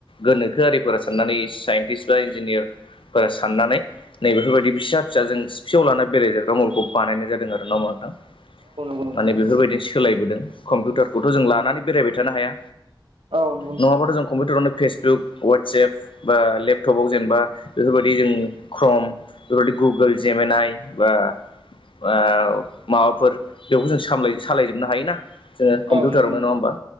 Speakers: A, on the left (about 80°); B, on the right (about 85°).
A: गोनोखोआरिफोरा साननानै साइन्टिस्ट बा इन्जिनियार फोर साननानै नै बेफोरबायदि फिसा फिसा जों सिफियाव लाना बेरायजाग्रा मबेलखौ बानायनाय जादों आर ना माथां
B: नोंथां
A: माने
B: औ
A: बेफोरबायदिनो सोलायबोदों कम्पिउटार खौथ' जों लानानै बेरायबाय थानो हाया।
B: औ नंगौ
A: नङाबाथ' जों कम्पिउटारावनो फेसबुक वाट्सएप बा लेपटपाव जेनेबा बेफोरबायदि जों ख्रम बेबायदि गुगोल जेमिनाइ बा ओ माबाफोर बेखौ जों साम सालायजोबनो हायोना जोङो। कम्पिउटार
B: औ नंगौ नोंथां औ नंगौ नोंथां औ नंगौ नोंथां
A: ना नङा होमबा